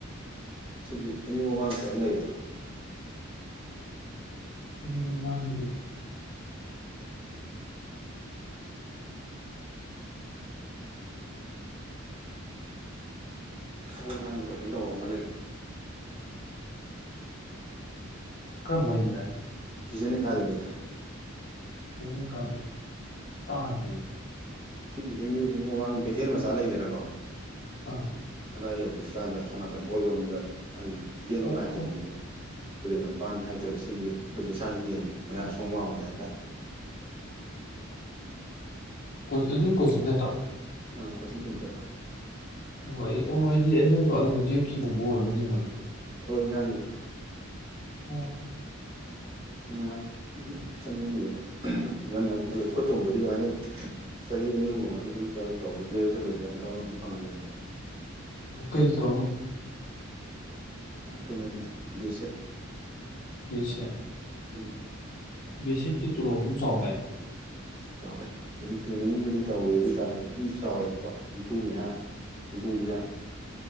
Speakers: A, on the right; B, on the left.
A: ꯁꯤꯒꯤ ꯏꯃꯤꯨꯡ ꯃꯃꯥꯡ ꯈꯪ ꯂꯩꯕꯗ
B: ꯎꯝ ꯃꯗꯔꯤ
A: ꯑꯩꯣꯏ ꯉꯥꯡꯕꯁꯤꯡ ꯇꯧꯕ ꯑꯃ ꯂꯩꯔꯤꯁꯦ
B: ꯀꯔꯕꯨꯣꯅꯤ ꯇ
A: ꯄꯤꯖꯅꯦ ꯀꯥꯗꯃꯤꯗ
B: ꯆꯅꯤ ꯀꯥꯗ ꯇꯥꯥꯟꯕꯤ
A: ꯁꯤꯒꯤ ꯑꯦꯝ ꯌꯨꯁ ꯃꯃꯥꯡꯒꯤ ꯀꯩꯊꯦꯜ ꯃꯆꯥ ꯂꯩꯗꯅꯀꯣ
B: ꯑ
A: ꯑꯗꯥꯏ ꯌꯧꯗ꯭ꯔꯤꯀꯥꯟꯗ ꯑꯣ ꯅꯥꯀꯟ ꯑꯣꯏꯔꯣꯝꯗ ꯑꯩ ꯌꯦꯜꯂꯣꯝꯗ
B: ꯑꯣ
A: ꯍꯥꯏꯖꯤꯟꯈꯤꯕ
B: ꯑꯣ
A: ꯇꯨꯔꯦꯜ ꯃꯄꯥꯟ ꯍꯥꯏꯇꯥꯔꯦ ꯁꯤꯒꯤ ꯑꯩꯈꯣꯏ ꯂꯩꯁꯥꯡ ꯍꯊꯦꯟ ꯃꯌꯥ ꯑꯁꯣꯝ ꯋꯥꯡꯃꯗ ꯍꯥꯏꯇꯥꯔꯦ <unintelligible>
B: ꯀꯣ ꯑꯗꯨ ꯀꯣꯆꯤꯡ ꯅꯠꯇꯥ
A: ꯑ ꯀꯣꯆꯤꯡ ꯁꯦꯟꯦꯟꯇꯔ
B: ꯑꯣ ꯑꯩ ꯑꯣ ꯑꯩꯗꯤ ꯑꯗꯨꯗꯣ ꯆꯦꯛꯀꯤꯒꯨꯝꯕ ꯑꯣꯏꯕꯅꯤꯕꯅꯤ
A: ꯊꯑꯣꯏ ꯉꯥꯡꯉꯤ
B: ꯎꯝ
A: <unintelligible> ꯆꯪꯖꯟꯉꯤꯕ ꯉꯟꯅ ꯈꯠꯂꯒ ꯑꯩꯈꯣꯠ ꯇꯣꯡꯕꯣꯏꯁꯨ ꯑꯗꯨꯃꯥꯏꯅ ꯆꯍꯤ ꯑꯅꯤꯃꯨꯛ ꯃꯃꯥꯡꯗ ꯁꯨꯝ ꯀꯛ ꯇꯧꯕꯗꯤ ꯒ꯭ꯔꯦꯖꯨꯌꯦꯦꯠ ꯂꯣꯏꯗ꯭ꯔꯥꯅ ꯊꯕꯛ ꯑꯗꯨꯝ ꯐꯪꯈ꯭ꯔꯦꯅꯦꯕ
B: ꯀꯩ ꯇ
A: ꯀꯩꯅꯣꯅꯤꯗ ꯕꯤ ꯑꯦꯁ ꯑꯦꯦ
B: ꯁ
A: ꯎꯝ
B: ꯁꯤꯞꯁꯤ ꯇꯣꯂꯣꯞ ꯑꯗꯨꯝ ꯆꯥꯎꯅꯏꯅꯤ
A: ꯆꯥꯎꯋꯦ ꯍꯧꯖꯤꯛ ꯇ꯭ꯔꯦꯅꯤꯡꯕꯨꯗꯤ ꯇꯧꯔꯤ ꯑꯗꯨ ꯑꯣꯏ ꯇꯥꯔꯁꯨ ꯑꯗꯨꯝ ꯆꯥꯎꯋꯦꯕꯀꯣ ꯝꯐꯨ ꯃꯌꯥ ꯌꯨꯝꯐꯨ ꯄꯤꯖꯥꯡ